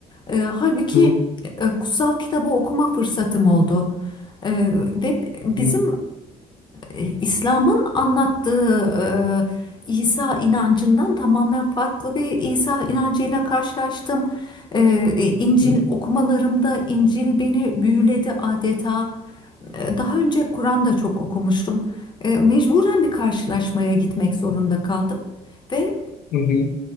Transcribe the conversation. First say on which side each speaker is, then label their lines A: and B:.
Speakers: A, on the left; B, on the left.
A: E, halbuki
B: Hı
A: e, kutsal kitabı okuma fırsatım oldu. Ee, ve bizim
B: hı
A: e, İslam'ın anlattığı e, İsa inancından tamamen farklı bir İsa inancıyla karşılaştım. Ee, İncil
B: hı
A: okumalarımda İncil beni büyüledi adeta. E, Daha önce Kur'an da çok okumuştum. E, Mecburen bir karşılaşmaya gitmek zorunda kaldım ve
B: hı